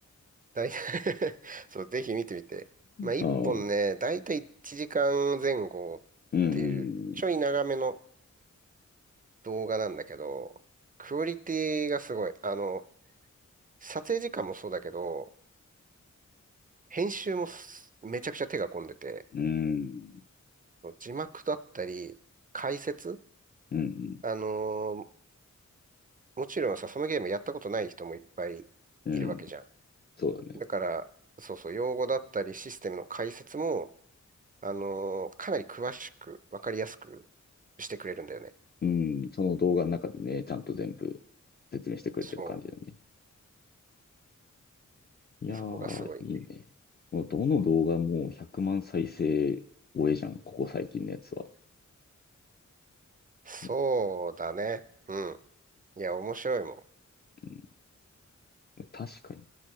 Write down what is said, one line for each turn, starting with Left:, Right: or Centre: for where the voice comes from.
Right: だい <laughs> そう、ぜひ見てみて。まあ、一本ね、
Left: う。ああ、
Right: だいたい1時間前後っていう、
Left: うん、
Right: ちょい長めの動画なんだけど、クオリティがすごい。あの、撮影時間もそうだけど、編集もすめちゃくちゃ手が込んでて、
Left: うん、うん、
Right: そう字幕だったり、解説
Left: うん、
Right: あのーもちろんさ、そのゲームやったことない人もいっぱいいるわけじゃん。
Left: うん、そうだね。
Right: だから、そうそう、用語だったりシステムの解説も、あのーかなり詳しく、わかりやすくしてくれるんだよね。
Left: うん、その動画の中でね、ちゃんと全部説明してくれてる感じだね。
Right: そう。
Left: いやー、
Right: でそこがすごい。
Left: いいね。もうどの動画も100万再生超えじゃん、ここ最近のやつは。
Right: そうだね。
Left: う
Right: うん。いや、面白いも
Left: ん、確かに。